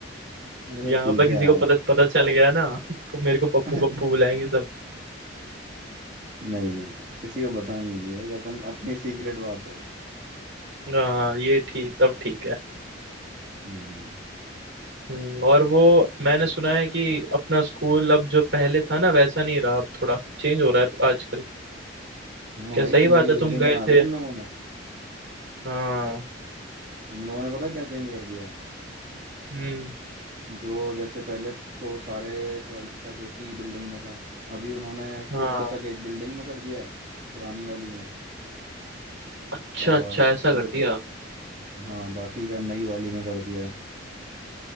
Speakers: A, on the right; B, on the right.
A: अरे
B: यहाँ
A: ठीक
B: पर किसी
A: है यार
B: को पता पता चल गया ना <laughs> तो मेरे को पप्पू
A: <laughs>
B: पप्पू बुलाएंगे सब
A: नहीं नहीं किसी को बताएंगे नहीं भाई अपन अपनी सीक्रेट बात है
B: हाँ ये ठीक तब ठीक है
A: हम्म
B: हम्म, और वो मैंने सुना है कि अपना स्कूल अब जो पहले था ना वैसा नहीं रहा अब थोड़ा चेंज हो रहा है आजकल
A: हाँ
B: क्या
A: भाई
B: सही
A: नई
B: बात है
A: बिल्डिंग
B: तुम
A: बना
B: गए
A: दी
B: थे
A: इन लोगों ने
B: हाँ
A: इन लोगों ने पता है क्या चेंज कर दिया है
B: हम्म
A: जो जैसे पहले तो सारे ट्वेल्थ तक एक ही बिल्डिंग में था अभी उन्होंने
B: हाँ
A: फिफ्थ तक एक बिल्डिंग में कर दिया है पुरानी वाली में
B: अच्छा
A: और
B: अच्छा ऐसा
A: न,
B: कर दिया
A: हाँ बाकी का नई वाली में कर दिया है